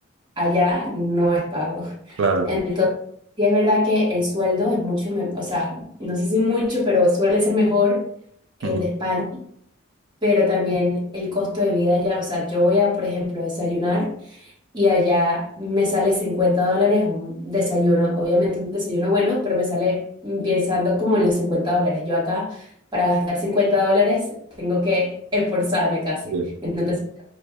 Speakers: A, on the right; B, on the right.
A: allá no es pago. <laughs>
B: claro.
A: Entonces, sí es verdad que el sueldo es mucho, me- o sea, no sé si mucho, pero suele ser mejor que
B: Ujú.
A: el de España, pero también el costo de vida allá, o sea, yo voy a, por ejemplo, a desayunar y allá me sale 50 dólares un desayuno, obviamente un desayuno bueno, pero me sale pensando como en los 50 dólares. Yo acá, para gastar 50 dólares, tengo que esforzarme casi.
B: Sí,
A: Entonces,